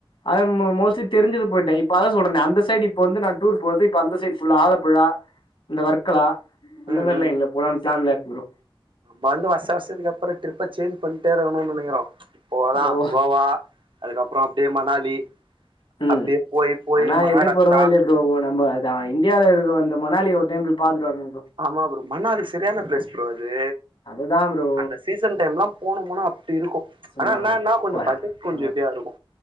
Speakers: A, on the left (about 75°); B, on the right (about 65°).
A: அது மோஸ்லி தெரிஞ்ச போயிட்டே இப்ப அதா சொல்றே அந்த சைடு இப்ப வந்து நா டூர் போறது இப்ப அந்த சைடு ஃபுல்லா ஆலப்புலா இந்த வர்க்கலா அந்த
B: ம்
A: மாரிலா
B: ம்
A: இல்ல போலாம்னு பிளான்ல இருக்கிறே ப்ரோ
B: வந்து வருஷ வருஷத்துக்கு அப்புற ட்ரிப்ப சேஞ்ச் பண்ணிட்டேருகணுனு நெனைக்றோ இப்போதா
A: ஓ
B: கோவா அதுக்கப்புற அப்டியே மணாலி
A: ம்
B: அப்டியே போய் போய்
A: ஆனா
B: மஹாராஷ்டிரா
A: எது போறோமோ இல்லையோ ப்ரோ நம்ம இந்தியாவில இருக்கு வந்த மணாலிய ஒரு டைம் பாத்துட்டுவரனு ப்ரோ
B: ஆமா ப்ரோ மணாலி சரியான ப்ளேஸ் ப்ரோ அது
A: அது தா ப்ரோ
B: அந்த சீசன் டைம்லா போன போனா அப்டி இருக்கு
A: சும்மா
B: ஆனா என்னன்னா கொஞ்ச
A: வா
B: பட்ஜெட் கொஞ்ச
A: ம்
B: ஹெவியா இருக்கு